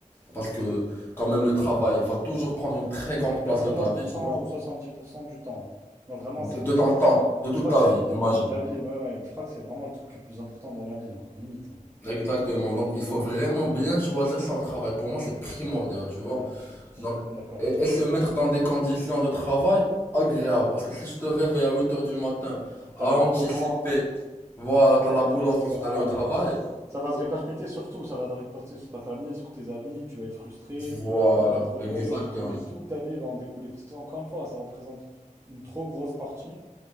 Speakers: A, on the left; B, on the right.
A: Parce que quand même le travail va toujours prendre une très grande
B: C'est 80%
A: place de ta vie, tu vois.
B: ou 70% du temps. hein. Non, vraiment,
A: De,
B: c'est le
A: de
B: truc
A: ton
B: le
A: temps,
B: plus...
A: de
B: Je
A: toute
B: crois
A: ta
B: que c'est...
A: vie, imagine.
B: De ta vie, ouais, ouais. Je crois que c'est vraiment le truc le plus important dans la vie, hein, limite. hein.
A: Exactement. Donc il faut vraiment bien choisir son travail. Pour moi, c'est primordial, tu vois.
B: Ouais, je suis complètement
A: Donc,
B: d'accord.
A: et,
B: ouais.
A: et se mettre dans des conditions de travail agréables. Parce que si je te réveille à huit heures du matin, à
B: T'as la
A: anticiper,
B: boule au ventre,
A: voilà,
B: t'as
A: t'as
B: pas
A: la
B: envie,
A: boule
B: etc.
A: au ventre d'aller au travail.
B: euh, Ça va se répercuter sur tout. Ça va te répercuter sur ta famille, sur tes amis. Tu vas être frustré,
A: Voilà,
B: tu vas pas être heureux
A: exactement.
B: et, et toute ta vie va en découler. Parce que, encore une fois, ça représente une trop grosse partie